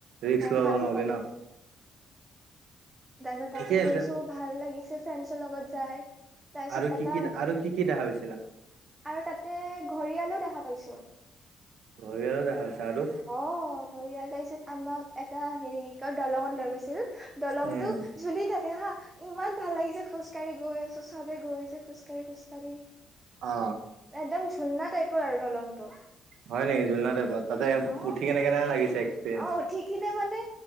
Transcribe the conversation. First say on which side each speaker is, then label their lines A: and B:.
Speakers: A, on the right; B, on the right.
A: ৰিক্স
B: তাকে
A: ল'ব
B: হাতী
A: নোৱাৰি ন' অ'।
B: তাই তাতে
A: ঠিকে
B: গৈছো
A: আছে
B: ভাল লাগিছে ফ্ৰেণ্ডছৰ লগত যাই। তাৰপিছত
A: আৰু
B: এটা
A: কি কি আৰু কি কি দেখা পাইছিলা?
B: আৰু তাতে ঘৰিয়ালো দেখা পাইছো।
A: ঘৰিয়ালো দেখা পাইছা আৰু
B: অ ঘৰিয়াল তাছত আমাক এটা হেৰি কৰ দলঙত লৈ গৈছিল দলংতটো
A: উম
B: জুলি থাকে হা। ইমান ভাল লাগিছে খোজকাঢ়ি গৈ আছো চবে গৈ আছে খোজ কাঢ়ি খোজ কাঢ়ি।
A: অ
B: একদম ঝুলনা টাইপৰ আৰু দলংটো।
A: হয় নেকি জুলনা টাইপত তাতে
B: অ
A: উঠি কেনে কেনে লাগিছে এক্সপিৰিয়েঞ্চ
B: অ উঠিকিনে মানে